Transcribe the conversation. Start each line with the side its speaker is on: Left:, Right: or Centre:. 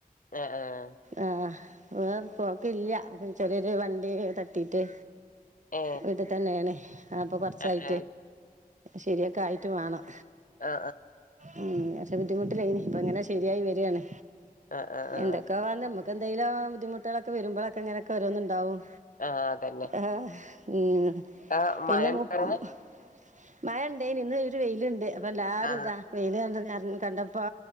Left: ആഹ്
Right: ആഹ് വേറെ കൊക്കല്ല ചെറിയൊരു വണ്ടി തട്ടിട്ട്
Left: ഏ
Right: വീട്ടി തന്നെണ് അപ്പൊ കുറച്ചായി
Left: ആ ആ
Right: ശരിയൊക്കെ ആയിട്ട് വേണം
Left: ആ ആ
Right: ഉം ലേശം ബുദ്ധിമുട്ടിലെന്ന് ഇപ്പൊ ഇങ്ങനെ ശരിയായി വരയാണ്
Left: ആ ആ ആ
Right: എന്തൊക്കാ വ എന്തെങ്കും ബുധിമുട്ടുകളൊക്കെ വരുബോളൊക്കെ ഇങ്ങനെ ഒക്കെ ഓരോന്നുണ്ടാവും
Left: ആഹ് അതന്നെ
Right: ആഹ് ഉം
Left: ആഹ് മഴ
Right: പിന്നെ
Left: ഇണ്ടോ
Right: മു-
Left: അവിടെ
Right: മഴ ഇണ്ടായിന് ഇന്ന് ഒര് വെയിലുണ്ട് അപ്പൊ എല്ലാരും
Left: ആ
Right: ഇതാ വൈല് കണ്ട് ഇതാ കണ്ടപ്പോ